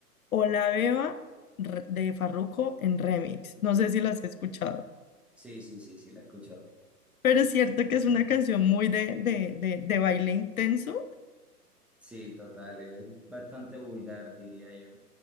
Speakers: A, on the left (about 60°); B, in the centre.
A: Hola Beba re- de Farruko en remix. No sé si las has escuchado,
B: Sí, sí, sí, sí, la he escuchado.
A: pero es cierto que
B: Bastante.
A: es una canción muy de, de, de, de baile intenso
B: Sí, total, es bastante vulgar, diría yo,